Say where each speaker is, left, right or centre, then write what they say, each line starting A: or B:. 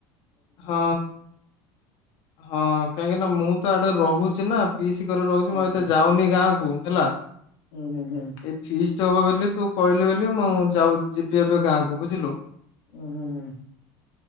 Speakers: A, on the left (about 55°); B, on the left (about 90°).
A: ହଁ ହଁ କାହିଁକି ନା ମୁଁ ତ ଆଡେ ରହୁଛି ନା ପିସି କରି ରହୁଛି
B: ହୁଁ
A: ମୁଁ
B: ହୁଁ
A: ଏତେ ଯାଉନି ଗାଁ କୁ, ହେଲା
B: ହୁଁ, ହୁଁ, ହୁଁ
A: ଏଇ ଫିଷ୍ଟ ହବ ବୋଲି ତୁ କହିଲି ବୋଲି ମୁଁ ଯାଉ ଯିବି ଏବେ ଗାଁ କୁ ବୁଝିଲୁ?
B: ଓଁ ହୁ ହୁଁ